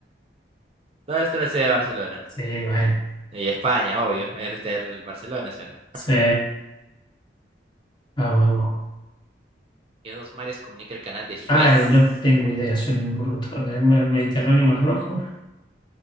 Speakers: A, on the right; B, on the left.
A: ¿Dónde está la ciudad de Barcelona?
B: Sí, bueno.
A: Y España, obvio. Este es el Barcelona, ¿sí o no?
B: Sí. Vamos, vamos.
A: ¿Qué dos mares comunica el canal de Suez?
B: Ah, no tengo idea, soy un bruto. ¿Es mer- Mediterráneo y Mar Rojo?